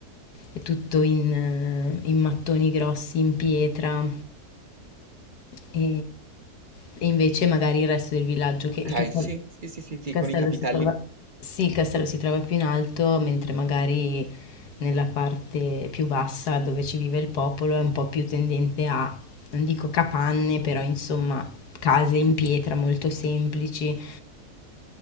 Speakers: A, on the left; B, on the right.
A: e tutto in, eh, in mattoni grossi, in pietra. E, e invece magari il resto del villaggio,
B: Ok,
A: che il castello...
B: sì, sì, sì, sì, sì,
A: Il castello
B: con i capitelli,
A: si trova... Sì, il castello si trova più in alto, mentre magari nella parte più bassa dove ci vive il popolo è un po' più tendente a, non dico capanne, però insomma case in pietra molto semplici.